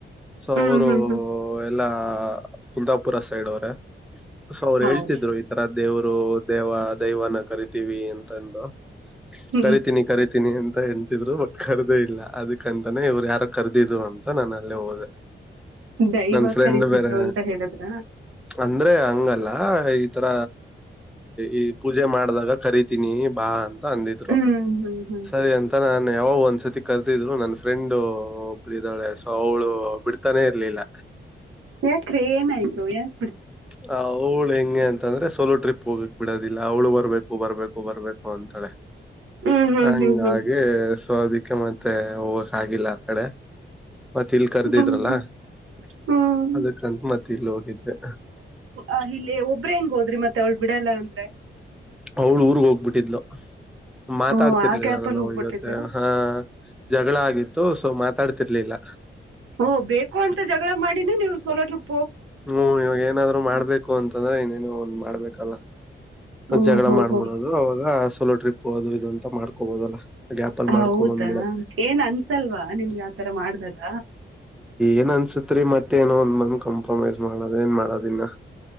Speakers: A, on the right (about 85°); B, in the centre.
A: ಹ್ಮ್
B: ಸೊ ಅವರು,
A: ಹ್ಮ್ ಹ್ಮ್
B: ಎಲ್ಲ ಕುಂದಾಪುರ ಸೈಡ್ ಅವರ, ಸೊ ಅವ್ರು
A: ಹೌದಾ
B: ಹೇಳ್ತಿದ್ರು. ಈ ತರ ದೇವ್ರು, ದೇವ ದೈವನ ಕರಿತೀವಿ ಅಂತಂದು.
A: ಹ್ಮ
B: ಕರಿತೀನಿ, ಕರಿತೀನಿ ಅಂತ ಎನ್ಸಿದ್ರು. ಬಟ್ ಕರ್ದೇ ಇಲ್ಲ, ಅದಕ್ಕಂತಾನೇ ಇವ್ರು ಯಾರ ಕರ್ದಿದ್ರು ಅಂತ. ಅ ನಾನಲ್ಲಿ ಹೋದೆ.
A: ದೈವ
B: ನನ್ ಫ್ರೆಂಡ್
A: ಕರತಿದ್ರು,
B: ಬೇರೆ
A: ಅಂತ ಹೇಳದ್ರ.
B: ಅಂದ್ರೆ, ಹಂಗಲ್ಲ ಈತರ. ಈ ಪೂಜೆ ಮಾಡಿದಾಗ, ಕರಿತೀನಿ ಬಾ ಅಂತ. ಅಂದಿದ್ರು,
A: ಹ್ಮ್ ಹ್ಮ್ ಹ್ಮ್
B: ಸರಿ ಅಂತ ನಾನ್ ಯಾವ ಒಂದ್ಸತಿ. ಕಲ್ತಿದ್ರು, ನನ್ ಫ್ರೆಂಡ್ ಒ ಒಬ್ಬಳು ಸೊ, ಅವಳು ಬಿಡ್ತಾನೆ ಇರ್ಲಿಲ್ಲ.
A: ಯಾಕ್ರೆ, ಏ ಆಯ್ತು? ಯಾಕ.
B: ಹ ಅವೌಳ ಹೆಂಗೆ ಅಂತ. ಅಂತಂದ್ರೆ ಸೋಲೋ ಟ್ರಿಪ್ ಹೋಗಕ್ ಬಿಡೋದಿಲ್ಲ ಅವ್ಳು ಬರ್ಬೇಕು ಬರ್ಬೇಕು ಬರ್ಬೇಕು ಅಂತಾಳೆ
A: ಹ್ಮ್ ಹ್ಮ್
B: ಹಂಗೆ
A: ಹ್ಮ್ ಹ್ಮ್
B: ಸೋ ಅದಿಕ್ಕೆ ಮತ್ತೆ ಹೋಗಕ್ ಆಗಿಲ್ಲ ಆ ಕಡೆ ಮತ್ತೆ ಇಲ್ ಕರ್ದಿದ್ರಲ್ಲ
A: ಹ್ಮ್ ಹ್ಮ್ ಹ್ಮ್
B: ಅದಕ್ಕಂತ ಮತ್ತೆ ಇಲ್ಲಿ ಹೋಗಿದ್ದೆ
A: ಆ್ ಇಲ್ಲಿ ಒಬ್ಬ್ರ ಹೆಂಗ ಹೋದ್ರಿ ಮತ್ತೆ ಅವ್ಳ ಬಿಡಲ್ಲ ಅಂದ್ರೆ
B: ಅವ್ಳು ಊರ್ಗ್ ಹೋಗ್ಬಿಟ್ಟಿದ್ಲು ಮಾತಾಡ್ತಿರ್ಲಿಲ್ಲ
A: ಓ ಆ ಗ್ಯಾಪ್
B: ನಾನ
A: ಅಲ್ಲಿ ಹೋಗ್ಬಿಟ್ಟಿದ್ರಾ?
B: ಅವಳ ಜೊತೆ ಹಾ ಜಗಳ ಆ ಆಿತ್ತು ಸೊ ಮಾತಾಡ್ತಿರ್ಲಿಲ್ಲ
A: ಓ ಬೇಕು ಅಂತ ಜಗಳ ಮಾಡಿನ ನೀವು ಸೋಲ ಟ್ರಿಪ್ ರು
B: ಹ್ಮ್ ಇವಾಗ ಏನಾದ್ರು ಮಾಡ್ಬೇಕು ಬು ಅಂತಂದ್ರೆ ಇನ್ನೇನು ಒಂದ್ ಮಾಡ್ಬೇಕಲ್ಲ
A: ಓಹೋ
B: ಜಗಳ ಮಾಡ್ಬಿಡದು
A: ಹೋ ಹೋ,
B: ದು ಅವಾಗ ಸೋಲೋ ಟ್ರಿಪ್ ಅದು ಇದು ಅಂತ ಮಾಡ್ಕೋಬೋದಲ್ಲ ಗ್ಯಾಪ್ ಅಲ್ಲಿ
A: ಹೌದಾ
B: ಮಾಡ್ಕೊಂಡ್ ಬಂದ್ಬಿಡೋದು
A: ಏನ್ ಅನ್ಸಲ್ವಾ ನಿಮ್ಗೆ ಯತರ ಮಾಡ್ದದ
B: ಏನ್ ಅನ್ಸತ್ರಿ ಮತ್ತೇಏನೋ ಒಂದ್ ಬಂದ್ ಕಾಂಪ್ರಮೈಸ್ ಮಾಡದ ಏನ್ ಮಾಡೋದ ಇನ್ನ